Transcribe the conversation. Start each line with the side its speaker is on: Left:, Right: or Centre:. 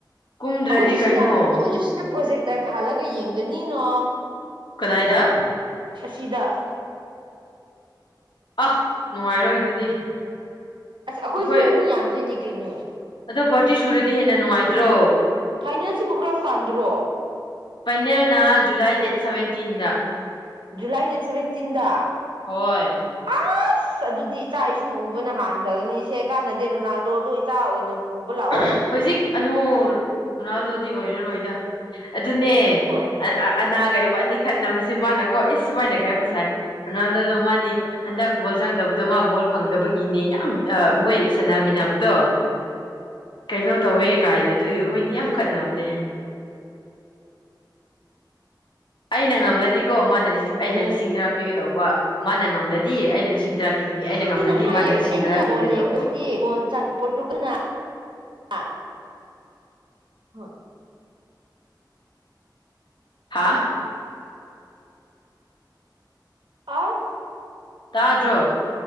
Left: ꯀꯨꯝꯗ꯭ꯔꯗꯤ
Right: ꯑꯩꯈꯣꯏꯁꯨ
Left: ꯀꯩꯅꯣ
Right: ꯁꯤꯗ ꯑꯈꯣꯏꯁꯨ ꯁꯤꯗ ꯄ꯭ꯔꯣꯖꯦꯛꯇꯔ ꯊꯥꯍꯜꯂꯒ ꯌꯦꯡꯒꯅꯤꯅ
Left: ꯀꯗꯥꯏꯗ
Right: ꯑꯁꯤꯗ <inaudible>
Left: ꯑꯍ ꯅꯨꯡꯉꯥꯏꯔꯣꯏ ꯑꯗꯨꯗꯤ
Right: ꯑꯁ
Left: ꯑꯩꯈꯣꯏ
Right: ꯑꯩꯈꯣꯏꯁꯨ ꯃꯤ ꯌꯥꯝꯗꯣꯏꯅꯤ ꯀꯩꯅꯣ
Left: ꯑꯗꯣ ꯄꯥꯔꯇꯤ ꯁꯨꯔꯗꯤ ꯍꯦꯟꯅ ꯅꯨꯡꯉꯥꯏꯇ꯭ꯔꯣ
Right: ꯐꯥꯏꯅꯦꯜꯁꯤꯕꯨ ꯀꯔꯝ ꯀꯥꯟꯗꯔꯣ
Left: ꯐꯥꯏꯅꯦꯜꯅ ꯖꯨꯂꯥꯏ ꯗꯦꯠ ꯁꯚꯦꯟꯇꯤꯟꯗ
Right: ꯖꯨꯂꯥꯏ ꯗꯦꯠ ꯁꯚꯦꯟꯇꯤꯟꯗ ꯑꯁ
Left: ꯍꯣꯏ
Right: ꯑꯁ ꯑꯗꯨꯗꯤ ꯏꯆꯥ ꯏꯁꯨ ꯎꯕꯅ ꯍꯥꯟꯈ꯭ꯔꯒꯅꯤ ꯁꯦ ꯀꯥꯟꯅꯗꯦ ꯔꯣꯅꯥꯜꯗꯣꯗꯣ ꯏꯆꯥ ꯑꯣꯏꯅ ꯄꯨꯕ ꯂꯥꯛꯑꯣ
Left: ꯑ ꯍ
Right: ꯍꯥꯏꯌꯣ
Left: ꯍꯧꯖꯤꯛ ꯑꯅꯣ ꯔꯣꯅꯥꯜꯗꯣꯗꯤ ꯑꯣꯏꯔꯔꯣꯏꯗ ꯑꯗꯨꯅꯦ
Right: ꯍꯣꯏ
Left: ꯑꯟ ꯑ ꯑꯅꯥ ꯒ ꯏꯕꯥꯅꯤꯛ ꯈꯠꯅꯕꯁꯤ ꯃꯥꯅꯀꯣ ꯏꯁ ꯁꯨꯃꯥꯏꯅꯒ ꯍꯥꯏꯕ ꯁꯥꯏ ꯔꯣꯅꯥꯜꯗꯣꯗꯣ ꯃꯥꯗꯤ ꯍꯟꯗꯛ ꯒꯣꯜ ꯆꯪꯗꯕꯗꯣ ꯃꯥ ꯕꯣꯜ ꯐꯪꯗꯕꯒꯤꯅꯦ ꯌꯥꯝ ꯑ ꯃꯣꯏ ꯁꯥꯟꯅꯃꯤꯟꯅꯕꯗꯣ ꯀꯩꯅꯣ ꯇꯧꯋꯦ ꯀꯥꯏꯅ ꯑꯗꯨꯏ ꯑꯩꯈꯣꯏꯅꯤ ꯌꯥꯝ ꯈꯠꯅꯕꯅꯦ ꯑꯩꯅ ꯉꯝꯂꯗꯤꯀꯣ ꯃꯥꯥꯟꯅ ꯑꯩꯅ
Right: ꯎꯝ
Left: ꯂꯤꯁꯤꯡ ꯇꯔꯥ ꯄꯤꯒꯗꯧ ꯕ꯭ꯋ ꯃꯥꯅ ꯉꯝꯂꯗꯤ ꯑꯩꯅ ꯂꯤꯁꯤꯡ ꯇꯔꯥ ꯄꯤꯒꯅꯤ ꯉꯝꯂꯗꯤ
Right: ꯑꯩꯅ ꯍꯥꯏꯌꯦ
Left: ꯃꯥꯅ ꯂꯤꯁꯤꯡ
Right: ꯑꯩꯅ
Left: ꯇꯔꯥ ꯄꯤꯒꯗꯧꯕ
Right: ꯕꯣꯜ ꯌꯦꯡꯕꯁꯤꯗꯤ ꯒꯣꯜ ꯆꯟ ꯄꯣꯠꯇꯨꯒꯜꯅ ꯑ ꯍꯣꯏ
Left: ꯑꯥ
Right: ꯑꯁ
Left: ꯇꯥꯗ꯭ꯔꯣ